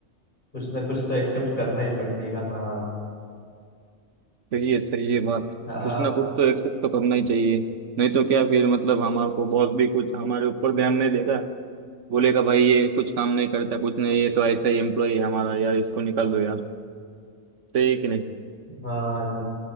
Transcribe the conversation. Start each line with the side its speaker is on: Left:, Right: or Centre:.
Left: कुछ ना कुछ तो एक्सेप्ट करना ही पड़ेगा हाँ
Right: सही है सही है बात
Left: हाँ
Right: कुछ ना कुछ तो एक्सेप्ट तो करना ही चाहिए नहीं तो क्या फिर मतलब हमारे को बॉस भी कुछ हमारे ऊपर ध्यान नहीं देगा बोलेगा भाई ये कुछ काम नहीं करता कुछ नहीं ये तो ऐसा ही एम्प्लॉय है हमारा यार इसको निकाल दो यार सही है कि नहीं
Left: हाँ